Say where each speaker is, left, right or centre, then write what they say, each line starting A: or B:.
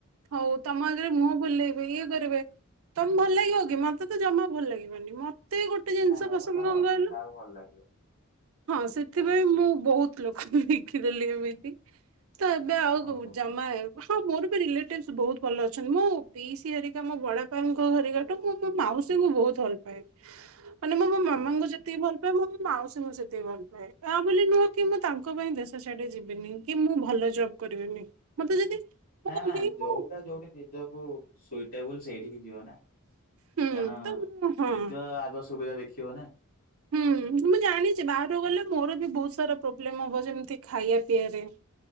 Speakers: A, on the right; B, on the left.
A: ହଉ ତମ ଆଗରେ ମୁହଁ ଭୁଲେଇବେ, ଇଏ କରିବେ। ତମେ ଭଲ ଲାଗିବ କି? ମତେ ତ ଜମା ଭଲ ଲାଗିବନି। ମତେ ଏତେ ଗୋଟେ ଜିନିଷ
B: ନା ନା ଏଇଟା
A: ପସନ୍ଦ
B: ତ
A: କଣ କହି,
B: କାହାକୁ ଭଲ ଲାଗିବ
A: ହଁ
B: ଓହୋ
A: ସେଥିପାଇଁ ମୁଁ ବହୁତ ଲୋକଙ୍କୁ ଦେଖିଦେଲି ଏମିତି ତ ଏବେ ଆଉ
B: ଓହୋ
A: କୁ ଜମା
B: ହୋ,
A: ହଁ ମୋର ରିଲେଟିଭସ ବହୁତ ଭଲ ଅଛନ୍ତି। ମୋ ପିଇସି ହରିକା ମୋ ବଡପାଙ୍କ ଘରିକାଙ୍କଠୁ ମୁଁ ମୋ ମାଉସୀଙ୍କୁ ବହୁତ ଭଲ ପାଏ। ମାନେ ମୁଁ ମୋ ମାମାଙ୍କୁ
B: ଓହୋ।
A: ଯେତିକି ଭଲ ମୁଁ ମୋ ମାଉସୀଙ୍କୁ ସେତିକି ଭଲ ପାଏ। ତା ବୋଲି ନୁହଁ କି ମୁଁ ତାଙ୍କ ପାଇଁ ଦେଶ ଛାଡି ଯିବିନି କି ମୁଁ ଭଲ ଜବ କରିବିନି। ମତେ ଯଦି
B: ନା ନା
A: କି
B: ଯୋଉଟା
A: ମୁଁ
B: ଯୋଉଠି ନିଜକୁ ସ୍ଵିଟେବଲ୍ ସେଇଠିକି ଯି ଯିବ ନା କାରଣ
A: ହୁଁ ତ ମୁଁ ହଁ
B: ନିଜ ଆଗ ସୁବିଧା ଦେଖ ଖିବ ନା।
A: ହୁଁ ମୁଁ ଜାଣିଛି ବାହାରକୁ ଗଲେ ମୋର ବି ବହୁତ ସାରା ପ୍ରୋବ୍ଲେମ ହବ ଯେମିତି ଖାୟା ପିଆରେ